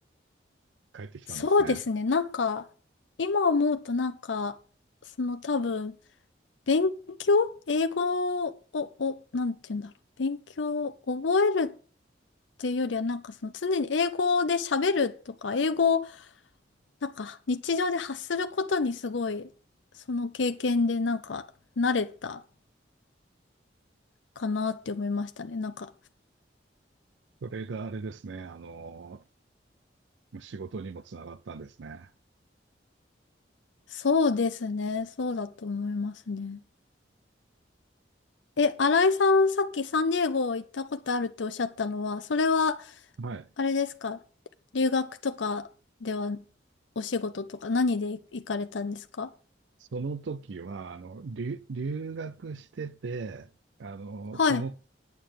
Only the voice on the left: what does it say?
そうですね。なんか、今思うとなんか、その多分、勉強英語を、を、なんて言うんだろう。勉強を覚えるっていうよりは、なんかその常に英語で喋るとか、英語をなんか日常で発することにすごい、その経験でなんか慣れたかなって思いましたね。なんか、
そうですね。そうだと思いますね。え、新井さん、さっきサンディエゴ行ったことあるっておっしゃったのは、それは
あれですか留学とかではお仕事とか何で行かれたんですか
はい。